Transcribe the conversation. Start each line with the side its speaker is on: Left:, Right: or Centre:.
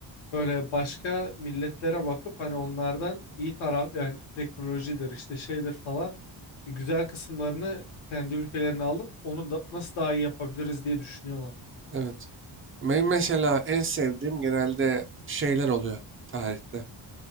Left: böyle başka milletlere bakıp hani onlardan iyi taraf yani teknolojidir işte şeydir falan güzel kısımlarını kendi ülkelerine alıp onu da, nasıl daha iyi yapabiliriz diye düşünüyorlar.
Right: Evet. Benim mesela en sevdiğim genelde şeyler oluyor tarihte.